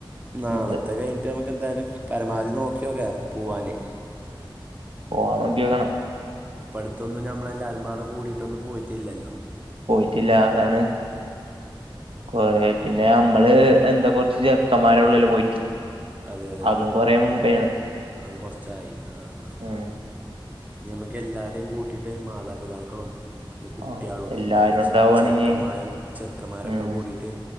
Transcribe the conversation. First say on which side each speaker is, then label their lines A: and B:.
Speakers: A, on the right; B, on the right.
A: നാളത്തെ
B: ഇത്
A: കഴിഞ്ഞിട്ട് നമുക്ക് എന്തായാലും പരമാവധി നോക്കിയോക്ക പുവാന്
B: ഓണക്കിയോക്കണം
A: പ്പ അട്ത്തൊന്നും നമ്മളെല്ലാരുംപാടെ കൂടിട്ടൊന്നു പോയിട്ടില്ലല്ലോ
B: പോയിട്ടില്ല അതാണ് കൊറേ പിന്നെ അമ്മള് എന്താ കൊർച്ച് ചെറുക്കന്മാരെ ഒള്ളല്ലൊ പോയിട്ട്
A: അതെ അതെ
B: അതും കൊറേ മുമ്പേണ്
A: ആ കൊർച്ചായി ആഹ് കൊർച്ചതോനെ
B: ഉം
A: ഞമ്മക്ക് എല്ലാരെയും കൂട്ടീട്ട് മാതാപിതാക്കളും പിന്നെ കുട്ട്യാളും
B: ആഹ് എല്ലാരും
A: നമ്മൾ
B: ഉണ്ടാവുവാണെങ്കി
A: ചെറുക്കന്മാര ചെറുക്കന്മാരൊക്കെ
B: ഉം
A: കൂടീട്ട്